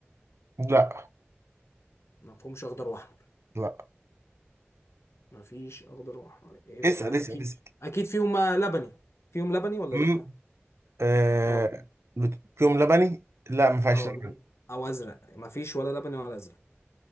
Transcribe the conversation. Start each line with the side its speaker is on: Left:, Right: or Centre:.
Right: لا
Left: ما فيهمش اخضر واحمر
Right: لا
Left: ما فيش اخضر واحمر يبقى
Right: اسأل اسأل
Left: اكيد
Right: اسأل
Left: اكيد فيهم لبني فيهم لبني ولا
Right: امم
Left: لا
Right: آه...
Left: اه
Right: بت- فيهم لبني لا ما فيهاش
Left: اه
Right: لبن
Left: لون- او ازرق ما فيش ولا لبني ولا ازرق